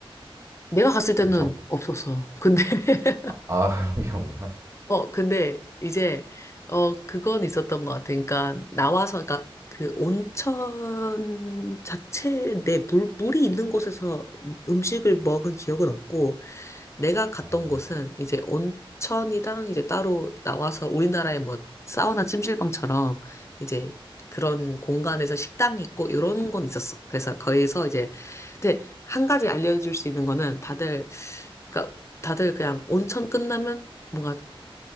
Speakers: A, on the left (about 30°); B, on the right (about 30°).
A: 내가 갔을 때는
B: 그 접,
A: 없었어. 근데, <laughs>
B: 아, <laughs> 그런 게 없나?
A: 어, 근데 이제, 어, 그건 있었던 것 같아. 그러니까, 나와서, 그러니까 그 온천 자체 내 물, 물이 있는 곳에서 음식을 먹은 기억은 없고, 내가 갔던
B: 어,
A: 곳은 이제 온천이랑 이제 따로 나와서 우리나라의 뭐 사우나 찜질방처럼 이제 그런 공간에서 식당이 있고 이런 건 있었어. 그래서 거기서 이제 근데 한 가지 알려줄 수 있는 거는 다들 그러니까 다들 그냥 온천 끝나면 뭔가